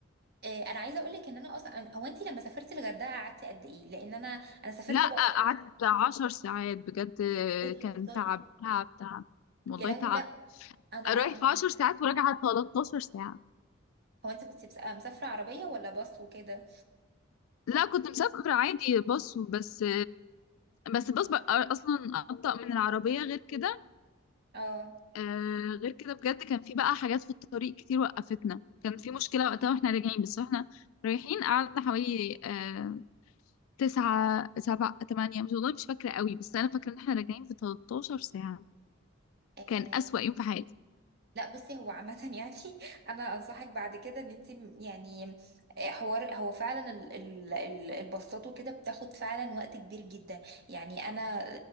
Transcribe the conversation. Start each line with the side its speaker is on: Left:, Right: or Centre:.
Right: آه، انا عايزه اقول لك ان انا اصلا هو انت لما سافرتي الغردقه قعدتي قد ايه لان انا انا سافرت
Left: لا
Right: بقى في اربع
Left: قعدت عشر ساعات بجد
Right: بتهزري
Left: كان تعب تعب تعب والله
Right: يا لهوي
Left: تعب
Right: لا انا
Left: رايح
Right: انا
Left: في عشر ساعات وراجعة 13 ساعة
Right: هو انت كنت بس- مسافره عربيه ولا باص وكده
Left: لا كنت مسافرة عادي باص بس بس الباص بقى أصلا أبطأ من العربية غير كده
Right: اه
Left: آه غير كده بجد كان في بقى حاجات في الطريق كتير وقفتنا كان في مشكلة وقتها واحنا راجعين بس واحنا رايحين قعدنا حوالي آه تسعة سبعة تمانية مش والله مش فاكرة قوي بس أنا فاكرة إن احنا راجعين في 13 ساعة
Right: آه،
Left: كان أسوأ يوم في حياتي
Right: لا بصي هو عامة يعني <laughs> أنا أنصحك بعد كده إن أنت يعني حوار هو فعلا ال- ال- ال- الباصات وكده بتاخد فعلا وقت كبير جدا يعني أنا